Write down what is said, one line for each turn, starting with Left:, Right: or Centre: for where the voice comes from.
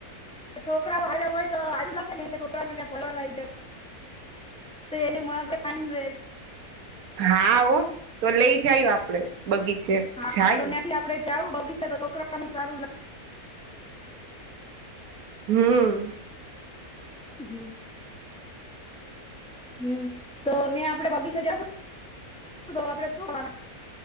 Centre: છોકરાઓ હારે હોય તો હારું લાગે ને છોકરા ને ફરવા લઈ જાય. તો એની મગજ ફાઈન રહે
Right: હા હો તો લઈ જાયું આપડે બગીચે.
Centre: હા
Right: જાયું
Centre: તો ત્યાથી આપડે ચાવું બગીચ તો છોકરા સારું લે.
Right: હમ.
Centre: હમ હમ તો ને આપડે બગીચા જશું તો આપડે શુંવાના